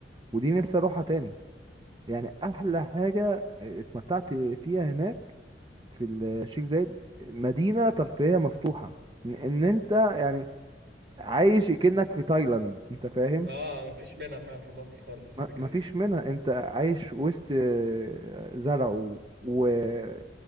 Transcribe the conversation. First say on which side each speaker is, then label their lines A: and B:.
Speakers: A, on the right; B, on the right.
A: ودي نفسي اروحها تاني يعني احلى حاجة اتمتعت فيها هناك في الشيخ زايد مدينة ترفيهية مفتوحة ان إن انت يعني عايش كأنك في تايلاند انت فاهم
B: اه مفيش منها فعلا في مصر خالص
A: م-
B: الفكره
A: مفيش
B: دي
A: منها انت عايش وسط آه، زرع و... و-